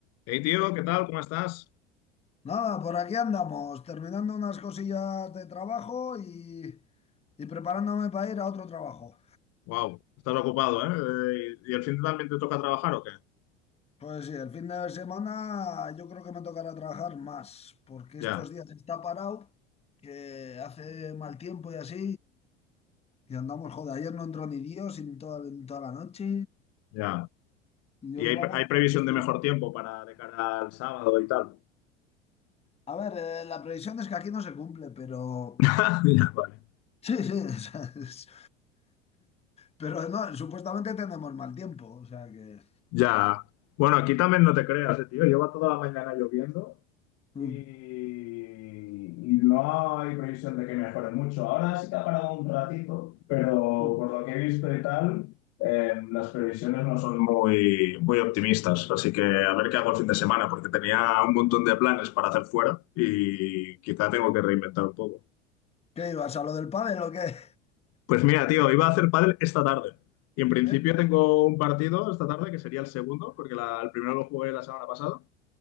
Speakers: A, on the left; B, on the left.
A: Hey tío, ¿qué tal? ¿Cómo estás?
B: Nada, por aquí andamos, terminando unas cosillas de trabajo y, y preparándome para ir a otro trabajo.
A: Wow, estás ocupado, ¿eh? Eh, ¿Y el fin de también te toca trabajar o qué?
B: Pues sí, el fin de semana yo creo que me tocará trabajar más, porque estos
A: Ya,
B: días está parado, que hace mal tiempo y así, y, y andamos, joder, ayer no entró ni Dios en toda, en toda la noche,
A: ya.
B: y
A: ¿Y
B: hoy
A: hay,
B: vamos
A: hay
B: por
A: previsión
B: el estilo.
A: de mejor tiempo para de cara al sábado y tal?
B: A ver, eh, la previsión es que aquí no se cumple, pero...
A: <laughs> Ya, vale.
B: Sí, sí, <laughs> o sea, es- pero no, supuestamente tenemos mal tiempo, o sea que...
A: Ya. Bueno, aquí también no te creas, eh, tío. Lleva toda la mañana lloviendo
B: Mm.
A: y, y no hay previsión de que mejore mucho. Ahora sí que ha parado un ratito, pero
B: Mm.
A: por lo que he visto y tal, eh, las previsiones no son muy, muy optimistas. Así que a ver qué hago el fin de semana, porque tenía un montón de planes para hacer fuera y quizá tengo que reinventar un poco.
B: ¿Qué ibas a lo del pádel o qué?
A: Pues mira, tío, iba a hacer pádel esta tarde. Y en principio
B: <laughs> ¿Eh?
A: tengo un partido esta tarde que sería el segundo, porque la- el primero lo jugué la semana pasada.